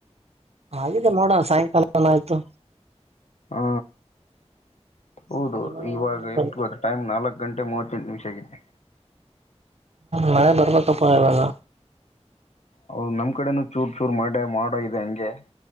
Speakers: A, on the right; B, on the left.
A: ಹಾಗಿದೆ ನೋಡಣ ಸಾಯಂಕಾಲನ ಆಯ್ತು
B: ಹಾ ಹೌದೌದು
A: ಸಂಜೆ ಮಳೆ
B: ಇವಾಗ
A: ಬರ್
B: ಎಷ್ಟು ಗೊತ್ತ ಟೈಮ್ ನಾಲ್ಕು ಗಂಟೆ ಮೂವತ್ತು ನಿಮಿಷ ಆಗಿದೆ
A: ನ ಬರ್ಬ ತಪ್ಪ ಇವಾಗ
B: ಹೌದು ನಮ್ ಕಡೆನೂ ಚೂರ್ ಚೂರ್ ಮಾಡ ಮಾಡೋ ಇದೆ ಹಂಗೆ